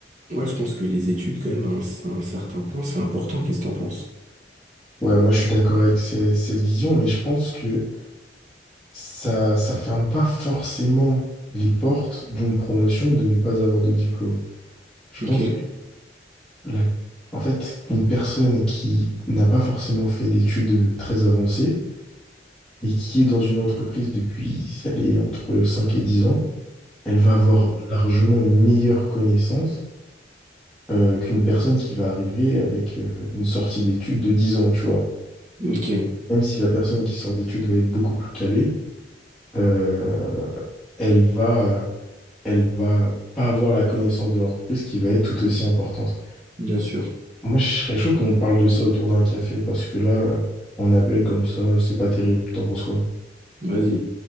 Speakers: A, on the right; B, in the centre.
A: ouais, je pense que les études, quand même, à un, à un certain point, c'est important. Qu'est-ce que t'en penses?
B: Ouais, moi je suis d'accord avec ces- cette vision, mais je pense que ça ça ferme pas forcément les portes d'une promotion de ne pas avoir de diplôme. Je pense
A: Ok.
B: que la- en fait, une personne qui n'a pas forcément fait d'études très avancées, mais qui est dans une entreprise depuis, si elle est entre 5 et 10 ans, elle va avoir
A: Ouais.
B: largement une meilleure connaissance euh, qu'une personne qui va arriver avec euh, une sortie d'études de 10 ans, tu vois.
A: Ok,
B: Même si la personne qui sort d'études va être beaucoup plus calée, euh, elle va, elle va pas avoir la connaissance de l'entreprise qui va être tout aussi importante.
A: bien sûr.
B: Moi, je serais chaud qu'on parle de ça autour d'un café parce que là, euh, on appelle comme ça, c'est pas terrible. T'en penses quoi?
A: Vas-y.